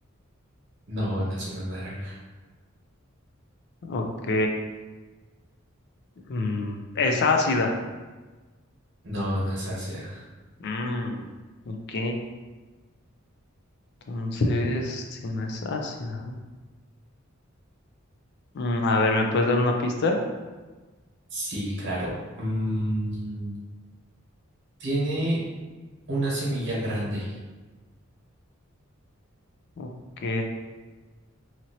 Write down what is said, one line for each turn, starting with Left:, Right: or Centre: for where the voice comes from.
Right: No, no es una naranja.
Left: Ok, mm, ¿es ácida?
Right: No, no es ácida.
Left: Mm, ok. Entonces, si no es ácida. Mm, a ver, ¿me puedes dar una pista?
Right: Sí, claro. Mm, tiene una semilla grande.
Left: Ok.